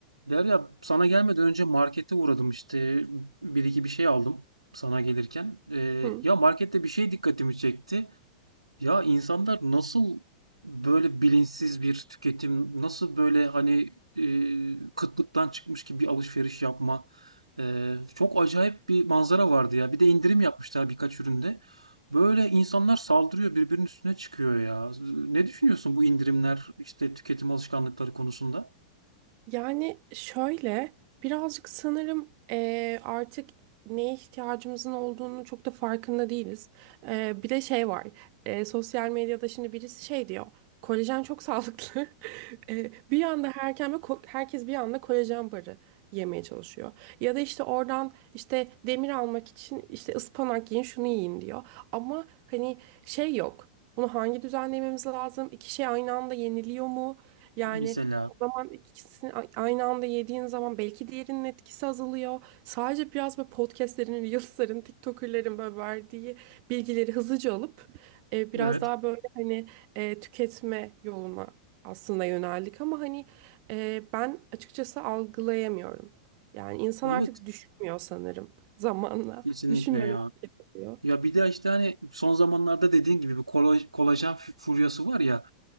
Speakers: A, on the right (about 85°); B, on the right (about 45°).
A: Derya sana gelmeden önce markete uğradım işte bir iki bir şey aldım sana gelirken. Ee,
B: Hı.
A: ya markette bir şey dikkatimi çekti. Ya insanlar nasıl böyle bilinçsiz bir tüketim, nasıl böyle hani e, kıtlıktan çıkmış gibi bir alışveriş yapma. Ee, çok acayip bir manzara vardı ya. Bir de indirim yapmışlar birkaç üründe. Böyle insanlar saldırıyor birbirinin üstüne çıkıyor ya. Ne düşünüyorsun bu indirimler işte tüketim alışkanlıkları konusunda?
B: Yani şöyle birazcık sanırım eee, artık neye ihtiyacımızın olduğunu çok da farkında değiliz. Eee, bir de şey var. Eee, sosyal medyada şimdi birisi şey diyor. Kolajen çok sağlıklı. <laughs> Eee, bir anda herkeme, ko- herkes bir anda kolajen barı yemeye çalışıyor. Ya da işte oradan işte demir almak için işte ıspanak yiyin şunu yiyin diyor. Ama hani şey yok. Bunu hangi düzenlememiz lazım? İki şey aynı anda yeniliyor mu? Yani
A: Mesela
B: O zaman ikisini a- aynı anda yediğin zaman belki diğerinin etkisi azalıyor. Sadece biraz böyle podcastlerin, reelslerin, TikToker'lerin böyle verdiği bilgileri hızlıca alıp e, biraz
A: evet.
B: daha böyle hani e, tüketme yoluna aslında yöneldik ama hani e, ben açıkçası algılayamıyorum. Yani insan
A: Evet,
B: artık düşünmüyor sanırım zamanla.
A: kesinlikle
B: Düşünmeden
A: ya.
B: hareket ediyor.
A: Ya bir de işte hani son zamanlarda dediğin gibi bir kola- kolajen fu- furyası var ya.